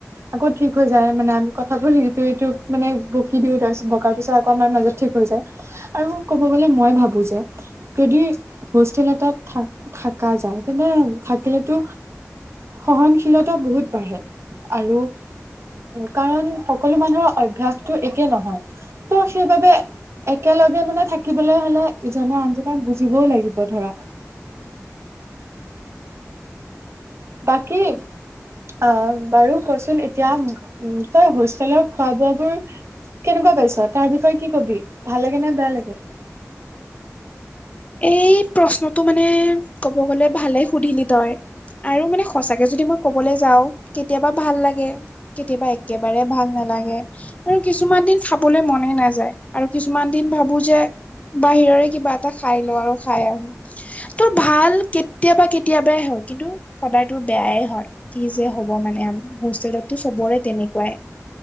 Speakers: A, on the right; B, on the left.
A: আকৌ ঠিক হৈ যায় মানে আমি কথাবোৰ ইটো সিটোক মানে বকি দিও তাৰপিছত বকাৰ পিছত আকৌ আমাৰ মাজত ঠিক হৈ যায়, আৰু ক'ব গ'লে মই ভাবো যে যদি হোষ্টেল এটাত থা-থাকা যায়, তেন্তে থাকিলেতো সহনশীলতা বহুত বাঢ়ে, আৰু উম, কাৰণ সকলো মানুহৰ অভ্যাসটো একে নহয়, ত' সেইবাবে একেলগে মানে থাকিবলৈ হলে ইজনে আনজনক বুজিবও লাগিব ধৰা। বাকী অ', বাৰু কচোন এতিয়া উম তই হোষ্টেলত খোৱা বোৱা বোৰ। কেনেকুৱা পাইছ তাৰ বিষয়ে কি কবি, ভাল লাগে নে বেয়া লাগে?
B: এই প্ৰশ্নটো মানে ক'ব গলে ভালে সুধিলি তই আৰু মানে সঁচাকে যদি মই কবলৈ যাওঁ কেতিয়াবা ভাল লাগে। কেতিয়াবা একেবাৰে ভাল নালাগে। আৰু কিছুমান দিন খাবলৈ মনে নাযায়, আৰু কিছুমান দিন ভাবো যে বাহিৰৰে কিবা এটা খাই লওঁ আৰু খাই আহো। তোৰ ভাল কেতিয়াবা কেতিয়াবাই হয় কিন্তু, সদায় তোৰ বেয়াই হয়। কি যে হ'ব মানে হোষ্টেলতটো চবৰে তেনেকুৱাই।